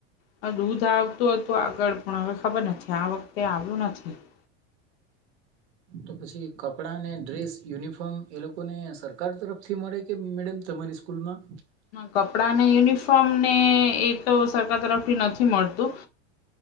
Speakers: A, on the left (about 60°); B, on the right (about 75°).
A: હ દૂધ આવતું હતું આગળ પણ હવે ખબર નથી આ વખતે આવ્યું નથી. <inaudible>
B: તો પછી કપડાને, ડ્રેસ યુનિફોર્મ એ લોકોને સરકાર તરફથી મળે કે? મેડમ તમારી સ્કૂલમાં.
A: કપડાં ને યુનિફોર્મ ને એ તો સરકાર તરફથી નથી મળતું.